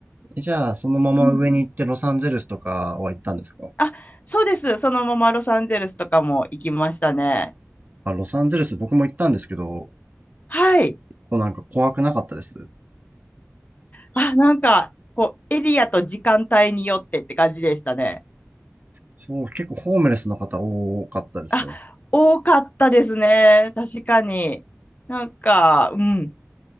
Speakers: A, on the right; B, on the left.
A: い。じゃあ、そのまま上に行ってロサンゼルスとかは行ったんですか
B: うん。あ、そうです。そのままロサンゼルスとかも行きましたね。
A: あ、ロサンゼルス僕も行ったんですけど、
B: はい。
A: こうなんか怖くなかったです。
B: あ、なんか、こう、エリアと時間帯によってって感じでしたね。
A: そう、結構ホームレスの方多かったですよ。
B: あ、多かったですね。確かに。なんか、うん。